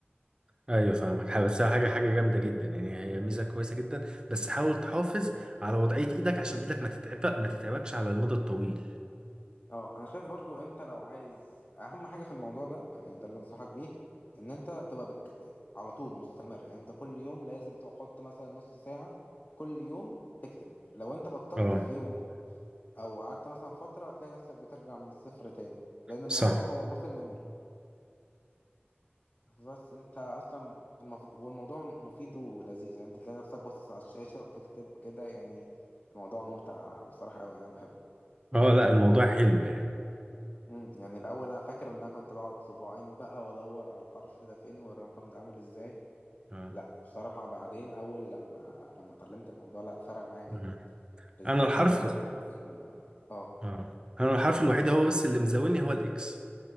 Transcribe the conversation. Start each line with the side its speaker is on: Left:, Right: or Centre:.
Right: ايوه فاهمك حاجة- بس هي حاجة حاجة جامدة جدا يعني هي ميزة كويسة جدا بس حاول تحافظ على وضعية ايدك عشان ايدك ما تتعب ما تتعبكش على المدى الطويل
Left: اه انا شايف برضو انت لو عايز اهم حاجة في الموضوع ده يعني ده اللي انصحك بيه ان انت تبقى بك... على طول مستمر يعني انت كل يوم لازم تحط مثلا نص ساعة كل يوم تكتب لو انت بطلت
Right: اه
Left: في يوم او قعدت مثلا فترة هتلاقي نفسك بترجع من الصفر تاني لان الموضوع
Right: صح
Left: هو muscle ميموري بس انت اصلا المفروض والموضوع مفيد ولذيذ يعني انت تلاقي نفسك باصص على الشاشة وبتكتب كده يعني الموضوع ممتع بصراحة قوي يعني انا بحبه
Right: اه لا الموضوع حلو يعني
Left: امم يعني الاول انا فاكر ان انا كنت بقعد صباعين بقى وادور على الحرف ده فين والرقم ده عامل ازاي
Right: اه
Left: لا بصراحة بعدين اول لما لما اتعلمت الموضوع لا فرق معايا جدا
Right: مم.
Left: بالذات
Right: انا الحرف
Left: ان انا بكتب اه آه،
Right: اه انا الحرف الوحيد هو بس اللي مزاولني هو الاكس